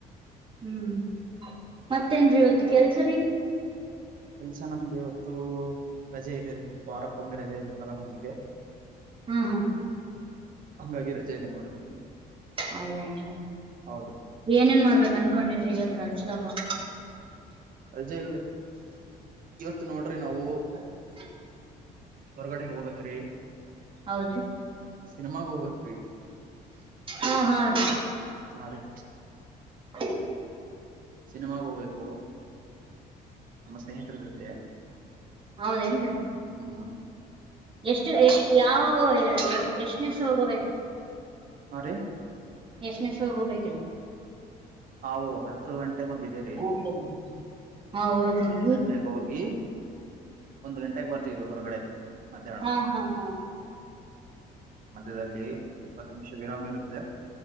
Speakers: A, on the right; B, on the right.
A: ಹ್ಮ್ ಮತ್ತೇನ್ ಇವತ್ತ ಕೆಲ್ಸರಿ
B: ಕೆಲ್ಸ ನಮ್ದು ಇವತ್ತು ರಜೆ ಇದೆ ರೀ ವಾರಕ್ಕೊಮ್ಮೆ ರಜೆ ಇರುತ್ತಲ್ಲಾ ನಮ್ಗೆ
A: ಹ್ಮ ಹಾ
B: ಹಂಗಾಗಿ ರಜೆ ಇದೆ ನೋಡ್ರಿ
A: ಹೌದೇನ್
B: ಹೌದು
A: ಏನೇನ್ ಮಾಡ್ಬೇಕ ಅನ್ಕೊಂಡಿದ್ರಿ ಇವತ್ ರಜ ತಾಗ
B: ರಜೆ ಇಲ್ರಿ ಇವತ್ ನೋಡ್ರಿ ನಾವು
A: ಹ
B: ಹೊರಗಡೆ ಹೋಗ್ಬೇಕೇರೀ
A: ಹೌದ್ರಿ
B: ಸಿನಿಮ ಗೋಬತ್
A: ಹಾ ಹಾ ರ
B: ಹಾ ರೀ
A: ಹ
B: ಸಿನಿಮಾಗ ಹೋಗ್ಬೇಕು ನಮ್ಮ ಸ್ನೇಹಿತರ ಜೊತೆ
A: ಹೌದೇನ್
B: ಹ್ಮ
A: ಎಷ್ಟು ಎಷ್ಟು ಯಾವ ಎಷ್ಟನಷ್ಟ ಹೋಗೋಬೇಕು
B: ಹಾಂ ರೀ
A: ಎಷ್ಟನ ಶೋಗ ಹೋಗ್ಬೇಕ್ರಿ
B: ಹಾವು ಹತ್ತು ಗಂಟೆೆಗೆೊಂದಿದ್ದೇರಿ
A: ಹ ಹಾ ಹೋದ್ರಿ
B: ಹ ಗಂಟೆಗೆ ಹೋಗಿ ಒಂದು ಗಂಟೆಗೆ ಬರ್ತ ಹೊರಗಡೆ ಮಧ್ಯಾಹ್ನ
A: ಹಾ ಹಾ ಹಾ
B: ಮಧ್ಯದಲ್ಲಿ ಒಂದು್ ಇಪ್ಪತ್ತು ನಿಮಿಷ ವಿರಾಮ ಇರುತ್ತೆ